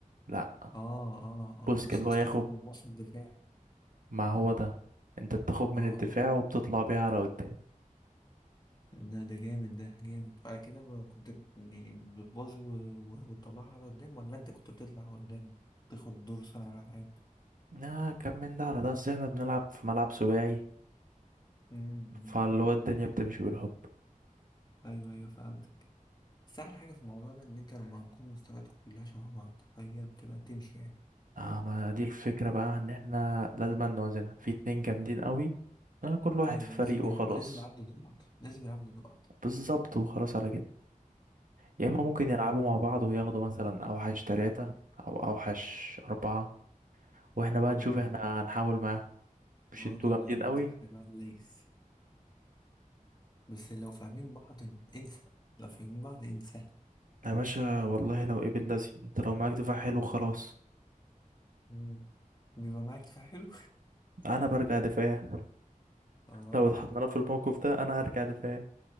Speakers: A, on the right; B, on the left.
A: لا
B: اه اه
A: بوسكيت
B: اه بس
A: اللي
B: بوسكيتس
A: هو ياخد
B: وسط الدفاع
A: ما هو ده انت بتاخد من
B: اه آه.
A: الدفاع وبتطلع بيها على قدام
B: ده ده جامد ده جامد وعلى كده ب- كنت بت- يعني بتبازي و- و- وتطلعها على قدام ولا انت كنت بتطلع قدام تاخد دور صانع الالعاب؟
A: آه كم من ده على ده اصل احنا بنلعب في ملعب سباعي
B: امم أمم.
A: فاللي هو الدنيا بتمشي بالحب
B: ايوه ايوه فهمتك بس أحلى حاجة في الموضوع ده إن أنت لما نكون مستوياتكم كلها شبه بعض فهي بتبقى تمشي يعني
A: اه ما دي الفكرة بقى ان احنا لازم نوازنها في اتنين جامدين قوي آه كل واحد
B: أيوة
A: في فريق
B: لازم
A: وخلاص
B: يلعبوا لازم يلعبوا ضد بعض لازم يلعبوا ضد بعض
A: بالظبط وخلاص على كده يا
B: مم.
A: اما ممكن يلعبوا مع بعض وياخدوا مثلا اوحش تلاتة او اوحش اربعة واحنا بقى
B: ايوه
A: نشوف احنا
B: ايوه
A: هنحاول معاهم مش
B: نقعدوا
A: انتوا
B: نقعدوا
A: جامدين قوي
B: احنا بقى ليس بس لو فاهمين بعض انسى لو فاهمين بعض انسى
A: يا باشا والله لو قبل لازم انت لو معاك دفاع حلو خلاص
B: مم. بيبقى معاك دفاع حلو
A: انا برجع دفاع
B: اه
A: لو اتحطينا في الموقف ده انا هرجع دفاع